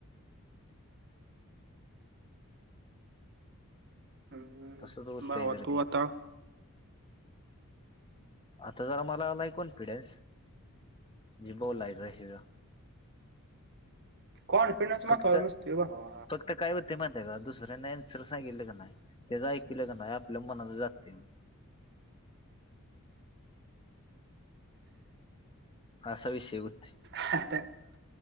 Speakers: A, on the right; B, on the left.
A: हम्म.
B: तसच होतय
A: भावा
B: गर्दी
A: तू आता
B: आता जरा मला आलाय कॉन्फिडन्स जे बोलायचय हेचा.
A: कॉन्फिडन्स महत्वाचा
B: फक्त
A: नसतोय भावा.
B: फक्त काय होते माहिती आहे का दुसऱ्यांन आंसर सागितल का नाही. तेच ऐकलं का नाही आपल्या मनात जाते.
A: <inaudible>
B: आशा विषय होते.
A: <inaudible>